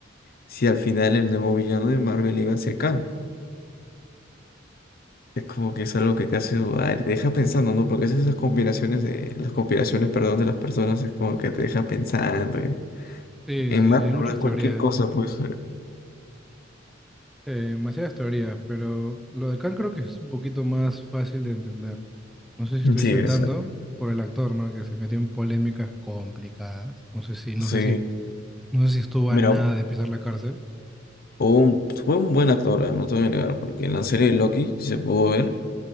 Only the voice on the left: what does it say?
si al final el nuevo villano de Marvel iba a ser Kang. Es como que es algo que te hace dudar, te deja pensando, ¿no? Porque esas conspiraciones de, las conspiraciones, perdón, de las personas es como que te deja pensando. ¿eh?
En
más,
pero
cualquier cosa, pues. eh.
Sí,
es
cierto.
Sí.
Mira,
hubo
un- fue un buen actor, ah, no te voy a negar, porque en la serie de Loki, si se pudo ver,